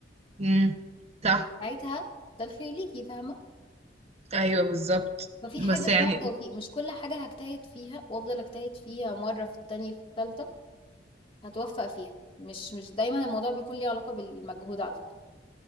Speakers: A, on the right; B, on the left.
A: امم صح
B: ساعتها ده الخير ليكي فاهمة
A: ايوه بالظبط
B: ففي
A: بس
B: حاجة اسمها
A: يعني
B: توفيق مش كل حاجة هجتهد فيها وافضل اجتهد فيها مرة في التانية في التالتة هتوفق فيها مش مش دايما الموضوع بيكون ليه علاقة بالمجهود على فكرة